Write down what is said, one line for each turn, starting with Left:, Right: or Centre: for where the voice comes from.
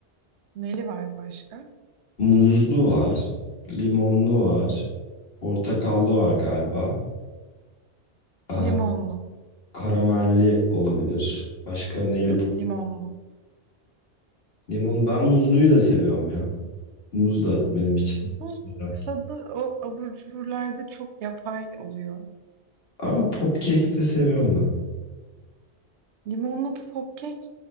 Right: Neli var başka?
Left: Muzlu var. Limonlu var. Portakallı var galiba. Aa,
Right: Limonlu.
Left: karamelli olabilir. Başka neli
Right: Yok
Left: pop?
Right: limonlu.
Left: Limonu. Ben muzluyu da seviyorum ya. Muz da benim için.
Right: Bu
Left: güzel.
Right: tadı o abur cuburlarda çok yapay oluyor.
Left: Ama popkek de seviyorum ben.
Right: Limonlu popkek,